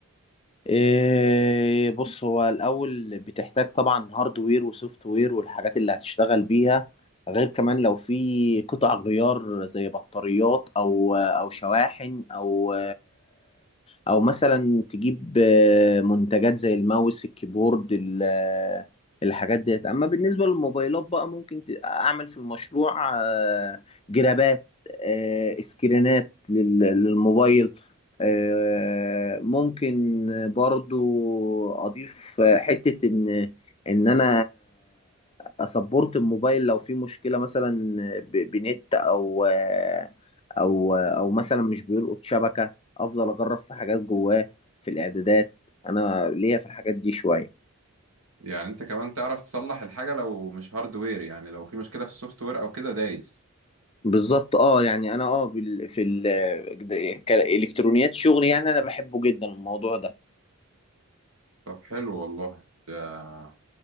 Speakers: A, on the left; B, on the right.
A: إيه بص هو الأول بتحتاج طبعا هاردوير وسوفت وير والحاجات اللي هتشتغل بيها غير كمان لو في قطع غيار زي بطاريات أو أو شواحن أو أو مثلا تجيب آه، منتجات زي الماوس الكيبورد ال- آه، الحاجات ديت أما بالنسبة للموبايلات بقى ممكن ت- أعمل في المشروع آه، جرابات آه، سكرينات لل- للموبايل آه، ممكن برضو اضيف حتة ان ان انا اسبورت الموبايل لو في مشكلة مثلا ب- بنت او آه، او او مثلا مش بيلقط شبكة افضل اجرب في حاجات جواه في الاعدادات انا ليا في الحاجات دي شوية
B: يعني أنت كمان تعرف تصلح الحاجة لو مش هاردوير يعني لو في مشكلة في السوفت وير أو كده دايس
A: بالظبط اه يعني انا اه بال- في ال- كالكترونيات شغلي يعني انا بحبه جدا الموضوع ده
B: طب حلو والله ده